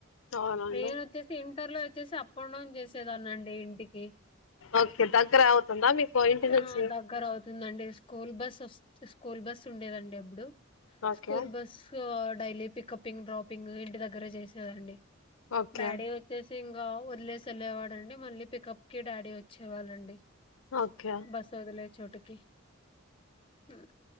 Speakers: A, on the left; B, on the left.
A: అవునండి
B: నేన వచ్చేసి ఇంటర్లో వచ్చేసి అప్ అండ్ డౌన్ చేసేదాన్ని అండి ఇంటికి
A: ఓకే దగ్గర అవుతుందా మీకు ఇంటి
B: ఆ
A: నుంచి
B: దగ అవుతుందండి స్కూల్ బస్ వ స్కూల్ బస్ ఉండేదండి అప్పుడు
A: ఓకే
B: స్కూల్ బస్ డైలీ పికప్పింగ్ డ్రాపింగ్ ఇంటి దగ్గరే చేసే వారండీ
A: ఓకే
B: డాడీ వచ్చేసి ఇంగా వదిలేసి వెళ్ళేవాడండి మళ్ళీ పికప్ కి డాడీ వచ్చేవాళ్ళండి
A: ఓకే
B: బస్ వదిలే చోటుకి హ్మ్